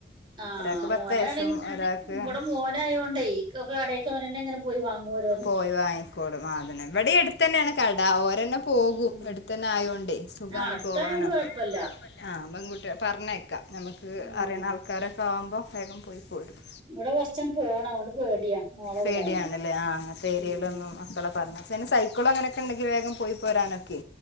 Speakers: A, on the right (about 25°); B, on the left (about 75°).
A: ആഹ്
B: ഒരാൾക്ക്
A: മോനാണെങ്കി
B: പത്ത് വയസ്സും ഒരാൾക്ക്
A: ഇവിടെ മോനായൊണ്ട് ഒക്കെ കടകൊക്കെ മോനന്നെ പോയി വാങ്ങുവോരോ
B: പോയി വങ്ങിക്കോട് അഹ് അതെന്നെ ഇവിടെ അടുത്തു തന്നെയാണ് കട ഓരന്നെ പോകും
A: ഉം.
B: അടുത്തന്നെ ആയൊണ്ട് സുഖാണ്
A: ആ അടുത്തായോണ്ട്
B: പോവാനൊക്കെ
A: കുഴപ്പമില്ല
B: ആഹ് പെൺകുട്ടികളെ പറഞ്ഞേക്കാം നമുക്ക്
A: ഉം.
B: അറിയണ ആൾക്കാരൊക്കെ ആവുമ്പോൾ വേഗം പോയി പോരും
A: ഇവിടെ കുറച്ചും പോണം അതുകൊണ്ട് പേടിയാ മോളെ
B: പേടിയണല്ലേ
A: വിടാന്
B: ആഹ് പിടിയയിയിലൊന്നും
A: ഉം.
B: മക്കള പറഞ്ഞേന് സൈക്കിളോ അങ്ങനൊക്കെ ഉണ്ടെങ്കി വേഗം പോയി പോരാനൊക്കെ